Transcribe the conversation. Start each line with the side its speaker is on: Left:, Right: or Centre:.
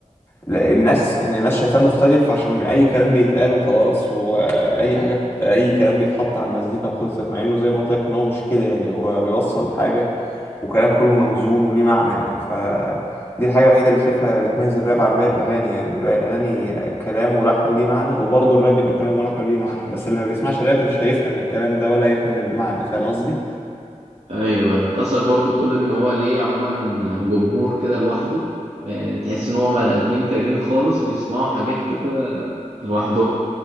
Left: لا- الناس ان الناس شايفاه مختلف عشان اي كلام بيتقال وخلاص واي حاجه بت- اي كلام بيتحط على المزيكا وخلصت مع انه زي ما قلت لك ان هو مش كده يعني هو بيوصل حاجه وكلام كله موزون وليه معنى يعني ف دي الحاجه الوحيده اللي شايفها بتميز الراب عن باقي الاغاني يعني باقي الاغاني كلام ولحن وليه معنى وبرضه الراب بيبقى كلام ولحن وليه معنى بس اللي ما بيسمعش راب مش هيفهم الكلام ده ولا يفهم المعنى فاهم قصدي
Right: ايوه ايوه انت قصدك برضه تقول ان هو ليه عموما جمهور كده لوحده يعني تحس ان هو بني ادمين تانيين خالص بيسمعوا حاجات كده لوحده